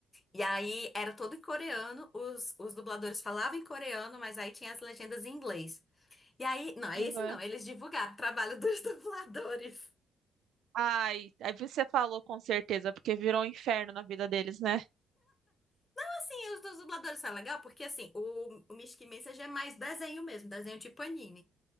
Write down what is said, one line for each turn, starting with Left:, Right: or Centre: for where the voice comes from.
Left: E aí era todo em coreano, os, os dubladores falavam em coreano, mas aí tinha as legendas em inglês. E aí, não, é
Right: Aham.
Left: esse não, eles divulgaram o trabalho dos <laughs> dubladores.
Right: Ai, aí você falou com certeza, porque virou um inferno na vida deles, né?
Left: Assim, os dos dubladores são legal, porque assim, o, o Mystic Messenger é mais desenho mesmo, desenho tipo anime.